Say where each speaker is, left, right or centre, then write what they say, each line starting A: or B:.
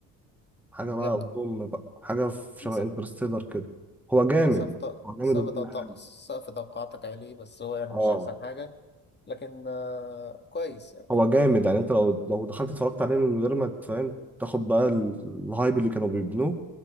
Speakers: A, in the centre; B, on the left (about 25°).
A: حاجة بقى
B: جامد
A: ام بقى حاجة في شبه
B: س-
A: انترستيلر كده هو جامد
B: آه، سقف ط-
A: هو جامد
B: سقف
A: وكل حاجة
B: ط- سقف توقعاتك عالي بس هو يعني
A: اه
B: مش احسن حاجه لكن آه كويس يعني
A: هو
B: فاهم
A: جامد يعني انت لو لو دخلت اتفرجت عليه من غير ما تفهم تاخد بقى ال- الهايب اللي كانوا بيبنوه